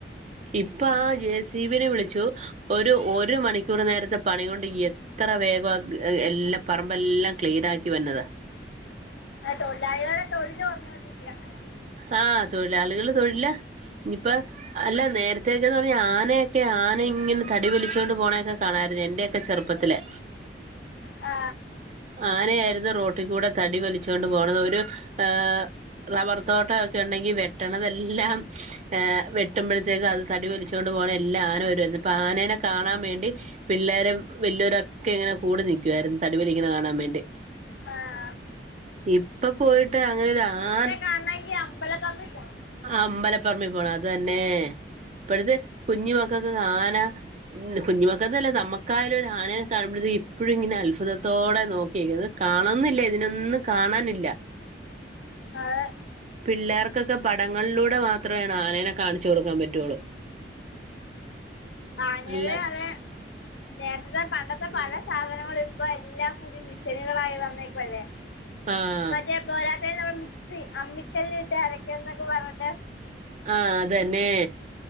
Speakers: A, on the right; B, on the left.
A: ഇപ്പൊ ആ ജെ സി ബി നെ വിളിച്ചു ഒരു ഒരു മണി- ക്കൂറ് നേരത്തെ പണി കൊണ്ട് എത്ര വേഗ എല്ലാം പറമ്പെല്ലാം ക്ലീനാക്കി വര്ന്നത്
B: തൊഴിലാളികളെ തൊഴില് കൊറഞ്ഞോണ്ടിരിക്കും അങ്ങനെ
A: ആ തൊഴിലാളികള് തൊഴില് ഇഞ്ഞിപ്പ അല്ല നേരത്തേക്കെന്ന് പറഞ്ഞ ആനയൊക്കെ ആനെങ്ങനെ തടി വലിച്ചോണ്ട് പോണെയൊക്കെ കാണായിരുന്നു എന്റെ- ക്കെ ചെറുപ്പത്തില്
B: ആ
A: ആന ആയിരുന്നു റോട്ടി കൂടെ തടി വലിച്ചോണ്ട് പോണത് ഒരു ഏ റബർ തോട്ടൊക്കെ ഇണ്ടെങ്കി വെട്ടണതെല്ലാം വെട്ടുമ്പഴത്തേക്കും അത് തടി വലി- ച്ചോണ്ട് പോണ എല്ലാരും വരും. ഇതിപ്പോ ആനേനെ കാണാൻ വേണ്ടി പിള്ളേരും വല്ല്യോരൊക്കെ ഇങ്ങനെ കൂടി നിക്കാരുന്നു തടിവലിക്ക്‌ണ കാണാൻ വേണ്ടി
B: ആ
A: ഇപ്പൊ പോയിട്ട് അങ്ങനൊരു ആൻ-
B: കാണെങ്കി അമ്പല പറമ്പി പോണം
A: അമ്പലപ്പറമ്പി പോണം അതന്നെ ഇപ്പഴത്തെ കുഞ്ഞിമക്കക്കൊക്കെ ആന ഇന്ന് കുഞ്ഞുമക്കന്നല്ല നമ്മക്കായാലും ഒരാനയെ കാണുമ്പോഴത് ഇപ്പോഴും ഇങ്ങനെ അൽഫുതത്തോടെ നോക്കിയേ കുന്നത് കാണുന്നില്ല ഇതിനൊന്നും കാണാനില്ല
B: ആതെ
A: പിള്ളേർക്കൊക്കെ പടങ്ങളൾലൂടെ മാത്രാണ് ആനേനെ കാണിച്ചു കൊടുക്കാൻ പറ്റൊള്ളൂ
B: ആനേനെ
A: അല്ല
B: അതെ നേരത്തത്തെ പണ്ടത്തെ പല സാധനങ്ങളും ഇപ്പ എല്ലാം. പുതിയ മിഷനുകളായി വന്നേക്കല്ലേ
A: ആഹ്
B: മറ്റേ പോല തേ നമ്മളെ മിക്സി അമ്മിക്കല്ലി ട്ട് അരക്ക്യാ ന്നൊക്കെ പറ്ഞ്ഞിട്ട്
A: ആ അതന്നെ